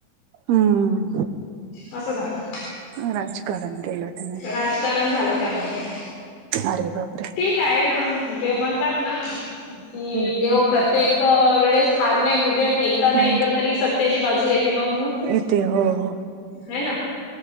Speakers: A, on the right; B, on the left.
A: हं
B: असं झालं
A: राजकारण केलं त्यानी.
B: राजकारण झालं त्यामध्ये.
A: अरे बापरे.
B: काय ना देव म्हणतात ना मि,
A: हो
B: देव करते. दर वेळेस हार नाही उद्या एकदा नाही
A: हो
B: एकदा तरी सत्याची बाजू येते बा म्हणून.
A: येते हो हो.
B: हे ना